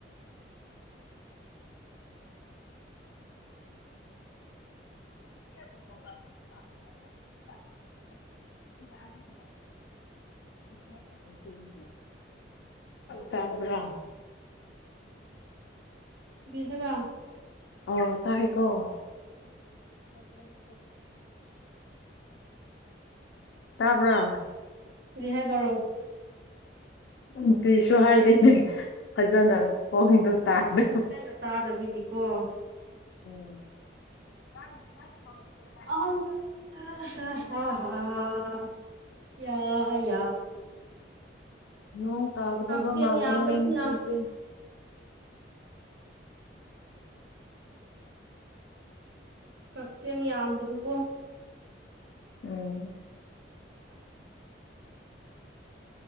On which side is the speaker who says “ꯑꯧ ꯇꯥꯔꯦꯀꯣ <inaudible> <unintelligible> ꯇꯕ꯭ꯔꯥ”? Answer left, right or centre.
Left